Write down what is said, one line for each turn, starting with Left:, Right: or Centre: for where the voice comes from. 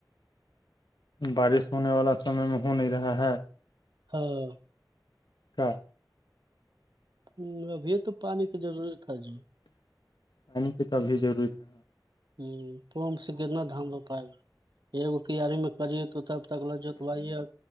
Left: بارش ہونے والا سمے میں ہو نہیں رہا ہے
Right: ہاں
Left: ہاں
Right: ہ ابھی تو پانی کی ضرورت تھا جو
Left: پانی کی تو ابھیضوری تھا
Right: ہ پپ سے کتنا دام ہو پائے گا <unintelligible> یہگو کییاری میں کریے تو تب تک لجت وائیے اور